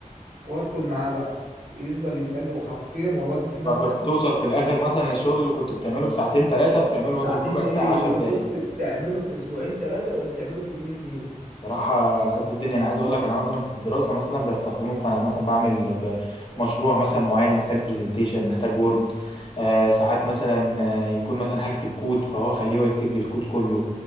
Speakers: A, on the right (about 90°); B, on the left (about 40°).
A: وادخل معاه بقى يفضل يسالني وحرفيا والله العظيم في ماده
B: فبتوصل في الاخر
A: إيه،
B: مثلا الشغل اللي كنت بتعمله بساعتين ثلاثه بتعمله
A: ساعتين
B: مثلا بربع
A: ايه
B: ساعه 10
A: اللي
B: دقايق
A: كنت بتعمله في اسبوعين ثلاثة بقت بتعمله في يومين اتنين
B: صراحه قد الدنيا انا عايز اقول لك انا مثلا في الدراسه مثلا بستخدمه فانا مثلا بعمل ب- مشروع مثلا معين محتاج برزنتيشن محتاج وورد آه ساعات مثلا آه، يكون مثلا هكتب كود فهو خليه هو يكتب لي الكود كله